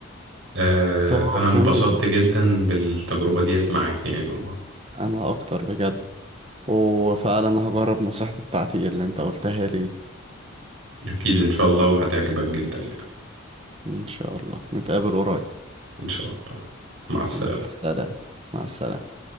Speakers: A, on the right (about 65°); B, on the right (about 30°).
A: آه
B: طب
A: انا انبسطت
B: جميل
A: جدا بالتجربة ديت معاك يعني والله
B: انا اكتر بجد وفعلا هجرب نصيحتي بتاعتي اللي انت قلتها لي
A: اكيد ان شاء الله وهتعجبك جدا يعني
B: ان شاء الله نتقابل قريب
A: ان شاء الله مع السلامة
B: يلا سلام مع السلامة